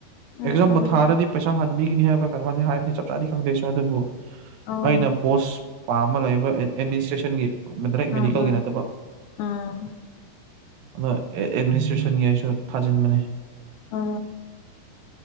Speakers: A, on the right; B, on the left.
A: ꯑꯦꯛꯖꯥꯝꯕꯨ
B: ꯎꯝ
A: ꯊꯥꯔꯗꯤ ꯄꯩꯁꯥ ꯍꯟ ꯃꯤꯒꯤꯅꯤ ꯍꯥꯏꯕ꯭ꯔꯥ ꯀꯔ ꯍꯥꯏꯕꯅꯤ ꯆꯞ ꯆꯥꯗꯤ ꯈꯪꯗꯦꯁꯨ ꯑꯗꯨꯕꯨ
B: ꯑꯣ
A: ꯑꯩꯅ ꯄꯣꯁ ꯄꯥꯝꯝꯕ ꯂꯩꯕ ꯑꯦꯗꯃꯤꯅꯤꯁꯇ꯭ꯔꯦꯁꯟꯒꯤ ꯃꯦꯗꯤꯀꯦꯜꯒꯤ
B: ꯑꯥ ꯑꯥ
A: ꯅꯠꯇꯕ
B: ꯑꯥ
A: ꯑꯗꯣ ꯑꯦꯗꯃꯤꯅꯤꯁꯇ꯭ꯔꯦꯁꯟꯒꯤ ꯑꯩꯁꯨ ꯊꯥꯖꯤꯟꯕꯅꯦ
B: ꯑ